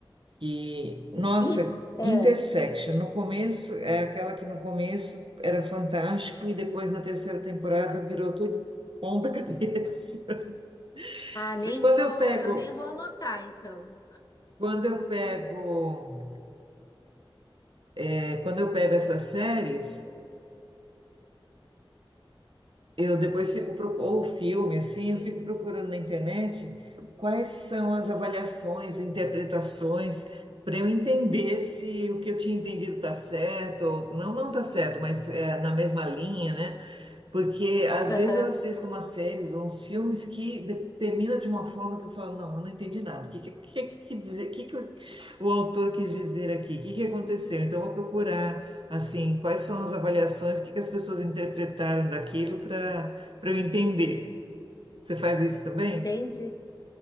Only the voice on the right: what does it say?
Que, nossa,
Intersection, no começo, é aquela que no começo era fantástico e depois na terceira temporada virou tudo ponta cabeça. <laughs>
Se-
Quando
eu pego,
quando eu pego, é, quando eu pego essas séries. Eu depois fico procu- ou filme assim, eu fico procurando na internet quais são as avaliações, interpretações para eu entender se o que eu tinha entendido está certo ou não, não está certo, mas é na mesma linha, né? Porque às
vezes eu assisto umas séries ou uns filmes que de- termina de uma forma que eu falo, não, eu não entendi nada. O que, que, que, que, dizer, que, que o o autor quis dizer aqui? O que, que aconteceu? Então eu vou procurar, assim, quais são as avaliações, o que, que as pessoas interpretaram daquilo para para eu entender. Você faz isso também?